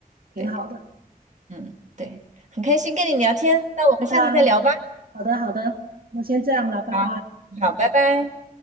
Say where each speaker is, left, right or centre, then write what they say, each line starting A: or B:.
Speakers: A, on the right; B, on the right.
A: 挺好的。
B: 对，嗯对，很开心跟你聊天，那我们下次再聊吧。
A: 那好的，好的，那先这样了，拜拜。
B: 好，好，拜拜。